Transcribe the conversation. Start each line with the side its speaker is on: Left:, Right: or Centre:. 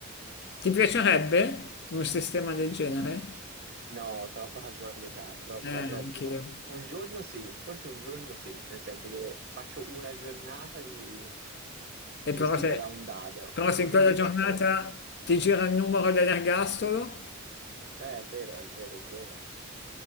Left: Ti piacerebbe un sistema del genere?
Right: no, troppa casualità, troppa,
Left: Eh, anch'io.
Right: troppa. Un giorno sì, forse un giorno sì, nel senso dire faccio una giornata di... gestita
Left: E però se,
Right: da un dado,
Left: però se in
Right: 24
Left: quella giornata
Right: ore.
Left: ti gira il numero dell'ergastolo,
Right: Eh, è vero, è vero, è vero.